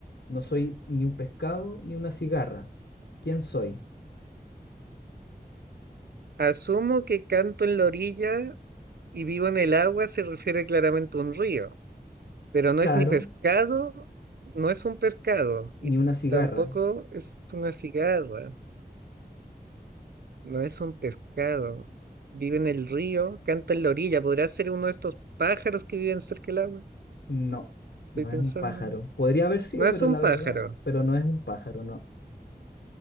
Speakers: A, on the left; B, on the right.
A: no soy ni un pescado ni una cigarra. ¿Quién soy?
B: Asumo que canto en la orilla y vivo en el agua se refiere claramente a un río, pero no
A: Claro,
B: es ni pescado, no es un pescado y
A: ni una cigarra.
B: tampoco es una cigarra, no es un pescado. Vive en el río, canta en la orilla. ¿Podrá ser uno de estos pájaros que viven cerca del agua?
A: No,
B: Estoy
A: no
B: pensando.
A: es un pájaro. Podría haber sido,
B: No es
A: pero
B: un
A: la
B: pájaro,
A: verdad, pero no es un pájaro, no.